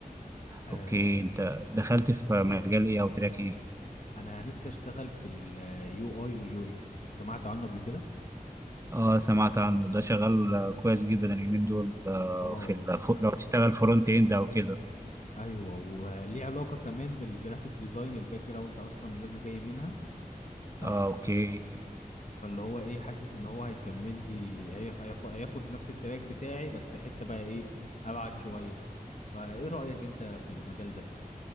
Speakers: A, on the left; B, on the right.
A: آه
B: اوكي انت دخلت في مجال ايه او تراك ايه
A: انا نفسي اشتغل في اليو اي واليو اكس سمعت عنه قبل كده
B: اه سمعت عنه ده شغال آه، كويس جدا اليومين دول آه،
A: اه
B: في الف... لو تشتغل فرونت اند او كده
A: ايوه وليه علاقه كمان بالجرافيك ديزاين الباك جراوند اصلا اللي انا جاي منها ف
B: اه اوكي
A: فاللي هو ايه حاسس ان هو هيكمل لي هيخ- هياخ- هياخد نفس التراك بتاعي بس حتة بقى ايه ابعد شوية فايه رأيك انت في المجال ده